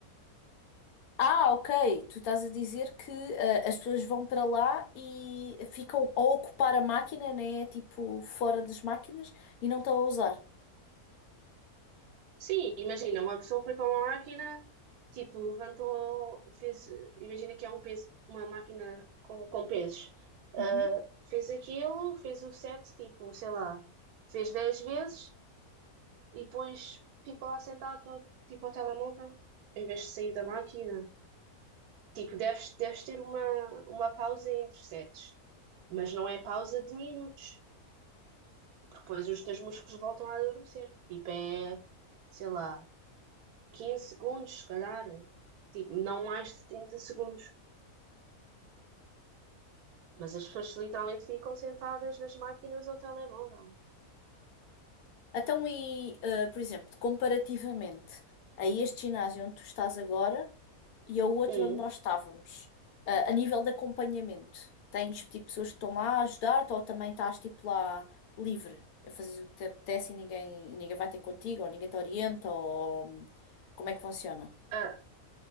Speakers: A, on the left (about 75°); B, on the right (about 85°).
A: Ah, ok. Tu estás a dizer que ah, as pessoas vão para lá e ficam a ocupar a máquina, né? Tipo, fora das máquinas e não estão a usar.
B: Sim, imagina, uma pessoa foi para uma máquina, tipo, levantou, fez, imagina que é um peso, uma máquina com, com pesos.
A: Uhum.
B: Ah, fez aquilo, fez o set, tipo, sei lá, fez 10 vezes e depois ficou lá sentado, tipo, ao telemóvel, em vez de sair da máquina. Tipo, deves, deves ter uma, uma pausa entre sets, mas não é pausa de minutos, porque depois os teus músculos voltam a adormecer. Tipo, é, sei lá. quinze segundos, se calhar, tipo, não mais de 30 segundos. Mas as pessoas literalmente ficam sentadas nas máquinas ou telemóvel.
A: Então, e, eh, por exemplo, comparativamente a este ginásio onde tu estás agora e ao outro
B: Um,
A: onde nós estávamos, eh, a nível de acompanhamento, tens tipo pessoas que estão lá a ajudar-te ou também estás tipo lá livre a fazer o que te apetece e ninguém, e ninguém vai ter contigo ou ninguém te orienta ou como é que funciona?
B: ah,